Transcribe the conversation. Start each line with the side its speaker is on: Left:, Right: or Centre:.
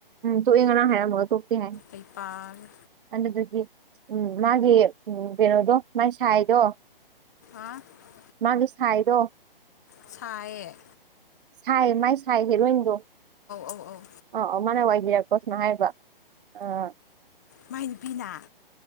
Right: ꯇꯣꯛꯑ ꯉꯅ ꯍꯥꯏꯔꯝꯃꯒ ꯇꯣꯛꯀꯦ ꯍꯥꯏ
Left: ꯑꯩ ꯄꯥꯔꯦ
Right: ꯑꯗꯨꯗꯒꯤ ꯎꯝ ꯃꯥꯒꯤ ꯎ ꯀꯩꯅꯣꯗꯣ ꯃꯥꯏ ꯁꯥꯏꯗꯣ
Left: ꯑꯥ <unintelligible> <inaudible>
Right: ꯃꯥꯒꯤ ꯁꯥꯏꯗꯣ
Left: ꯁꯌꯦ
Right: ꯁꯥꯏ ꯃꯥꯏ ꯁꯥꯏ ꯍꯦꯔꯣꯏꯟꯗꯣ
Left: ꯑꯧ ꯑꯧ
Right: ꯑ ꯑ ꯃꯥꯅ ꯋꯥꯏꯕꯤꯔꯛꯄ ꯀꯣꯁꯅ ꯍꯥꯏꯕ ꯑ
Left: ꯃꯥꯏ ꯅꯨꯨꯄꯤꯅ